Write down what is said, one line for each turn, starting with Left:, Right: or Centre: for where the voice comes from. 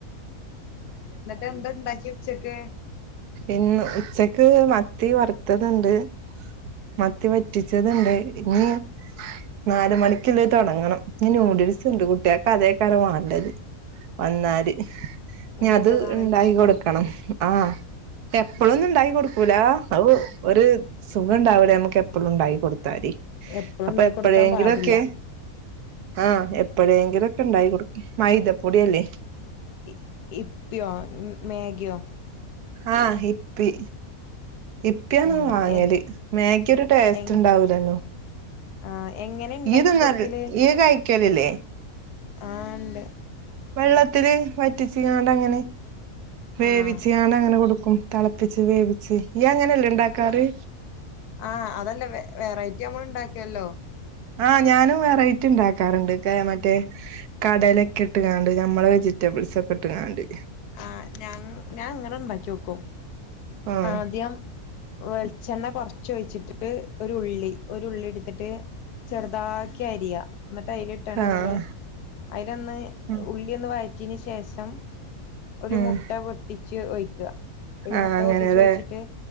Left: എന്നിട്ട് എന്താ ഇണ്ടാക്ക്യ ഉച്ചക്ക്?
Right: ഇന്ന് ഉച്ചക്ക് മത്തി വറുത്തതുണ്ട് മത്തി വറ്റിച്ചതുണ്ട് ഇനി നാല് മണിക്കുള്ളത് തൊടങ്ങണം ന്യൂഡിൽസ് ഇ ണ്ട് കുട്ട്യാൾക്ക് അതേയ് കാരം വേണ്ടത്
Left: ഉം
Right: വന്നാല് ഇനി
Left: ഓൽക്ക്
Right: അത്
Left: അതാണല്ലോ
Right: ഇണ്ടായി
Left: ഇഷ്ടം
Right: കൊടുക്കണം ആഹ് എപ്പഴൊന്നും ഇ ണ്ടായി കൊടുക്കൂല അഹ് ഒരു സുഖം ഇ ണ്ടാവുല്ല നമക്ക് എപ്പഴും ഇണ്ടാക്കി കൊടുത്താൽ
Left: എപ്പഴും
Right: അപ്പൊ
Left: ഉണ്ടാക്കി
Right: എപ്പോഴെങ്കിലുംഒക്കെ
Left: കൊടുക്കാൻ പാടില്ല
Right: ആഹ് എപ്പോഴെങ്കിലുംഒക്കെ ഇണ്ടാക്കി കൊടുക്കും. മൈദപൊടിഅല്ലെ?
Left: ഇ ഇപ്പിയോ മേഗിയോ?
Right: ആഹ് ഹിപ്പി ഇപ്പിയാണ്
Left: ഉം
Right: വാങ്ങല്
Left: എ
Right: മേഗിയൊരു ടേസ്റ്റ്ണ്ടാവൂലല്ലോ?
Left: എങ് ആഹ് എങ്ങനെ ഇണ്ടാക്കി
Right: ഇയ് തിന്നല
Left: കൊടുക്കല്
Right: ഇയ് കഴിക്കലില്ലേ?
Left: ആഹ് ണ്ട്
Right: വെള്ളത്തില് വറ്റിച്ച്കാണ്ടങ്ങനെ വേവിച്ച്കാണ്ടങ്ങനെ
Left: ആഹ്
Right: കൊടുക്കും തളപ്പിച്ച് വേവിച്ച് ഈയങ്ങനെല്ലേ ഇണ്ടാക്കാറ്
Left: ആഹ് അതന്നെ വെ വെറൈറ്റി നമ്മള്ണ്ടാക്കിയല്ലോ?
Right: ആഹ് ഞാനും വെറൈറ്റിണ്ടാക്കാറുണ്ട് കേ മറ്റേ കടലെക്ക്ട്ടുകാണ്ട് നമ്മെളെ വെജിറ്റബിൾസൊക്കെ ഇട്ട്കാണ്ട്
Left: ആഹ് ഞങ് ഞാങ്ങനെണ്ടാക്കി ഓക്കും
Right: ആഹ്
Left: ആദ്യം വെളിച്ചെണ്ണ കൊറച്ച് ഒഴിച്ചിട്ടിട്ട് ഒരു ഉള്ളി ഒരു ഉള്ളിടുത്തിട്ട് ചെറുതാക്കി അരിയാ ന്നിട്ട് അയ്ലിട്ടാണണങ്ങനെ
Right: ആഹ്
Left: അയ്ലൊന്ന്
Right: ഉം
Left: ഉള്ളി ഒന്ന് വയറ്റിന് ശേഷം ഒരു
Right: ഉം
Left: മുട്ട പൊട്ടിച്ച് ഒയ്ക്കാ
Right: ആഹ് അങ്ങനെല്ലേ
Left: മുട്ട പൊട്ടിച്ച് ഒയ്ച്ചിട്ട്